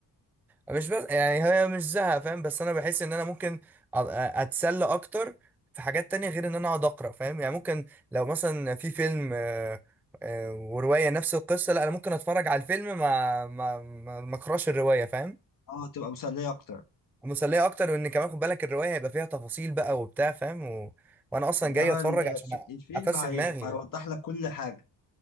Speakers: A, in the centre; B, on the left (about 60°).
A: مش بس يعني هي مش زهق فاهم بس انا بحس ان انا ممكن أ- اتسلى اكتر في حاجات تانية غير ان انا اقعد اقرا فاهم يعني ممكن لو مثلا في فيلم آه، آه، ورواية نفس القصة لا انا ممكن اتفرج على الفيلم ما ما ما ما اقراش الرواية فاهم
B: أه تبقى مسلية أكتر
A: ومسلية اكتر وان كمان خد بالك الرواية هيبقى فيها تفاصيل بقى وبتاع فاهم و... وانا اصلا
B: إنما
A: جاي اتفرج
B: ال-
A: عشان أ-
B: الفيلم
A: افسد
B: هيف-
A: دماغي
B: هيوضح لك كل حاجة